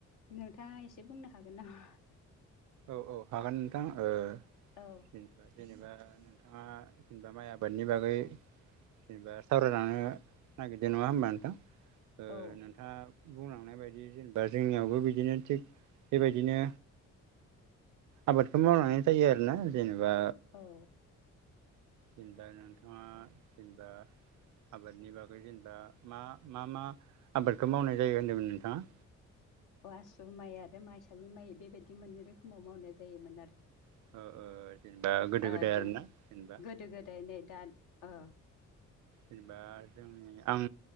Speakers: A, on the left; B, on the right.
A: नोंथाङा एसे बुंनो हागोन नामा
B: औ औ हागोन नोंथां ओ
A: औ
B: जेनबा जेनेबा ओ नोंथाङा दा माइ आबादनि बागै जेनेबा सावरायलांनो नागिरददों नङा होमबा नोंथां ओ
A: औ
B: नोंथाङा बुंलांनाय बायदि जेनेबा जोंनियावबो बिदिनो थिग बेबायदिनो आबादखौ मावनानै जायो आरोना जेनेबा
A: औ
B: जेनबा नोंथाङा जेनबा आबादनि बागै जेनेबा मा मा मा आबादखौ मावनाय जायो होनदोंमोन नोंथाङा
A: अ आसु माइ आरो माइसालि माइ बेबायदि मोननै रोखोमाव मावनाय जायोमोन आरो
B: ओ जेनेबा गोदो
A: अ
B: गोदाय
A: दा
B: आरोना जेनेबा
A: गोदो गोदाय नै दा अ
B: जेनेबा जोंनि आं